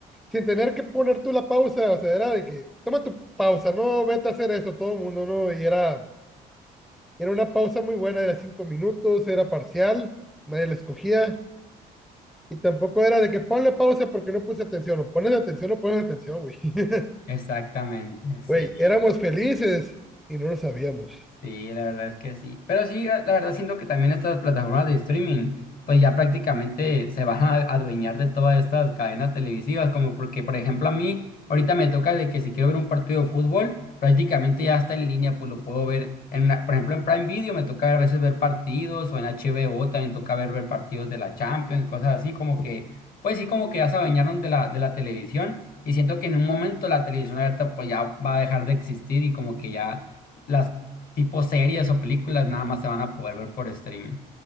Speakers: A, in the centre; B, on the left.
A: sin tener que poner tú la pausa, o sea, era de que, toma tu pausa, no, vete a hacer eso, todo el mundo, ¿no? Y era, era una pausa muy buena, era cinco minutos, era parcial, nadie la escogía, y tampoco era de que ponle pausa porque no puse atención, o pones atención o pones atención, güey. <laughs>
B: Exactamente, sí.
A: Güey, éramos felices y no lo sabíamos.
B: Sí, la verdad es que sí. Pero sí, la la verdad siento que también estas plataformas de streaming, pues ya prácticamente se van a adueñar de todas estas cadenas televisivas, como porque, por ejemplo, a mí ahorita me toca de que si quiero ver un partido de fútbol, prácticamente ya está en línea, pues lo puedo ver en una- por ejemplo, en Prime Video me toca a veces ver partidos o en HBO también toca ver ver partidos de la Champions, cosas así, como que, pues sí, como que ya se adueñaron de la de la televisión y siento que en un momento la televisión abierta pues ya va a dejar de existir y como que ya las tipo series o películas nada más se van a poder ver por streaming.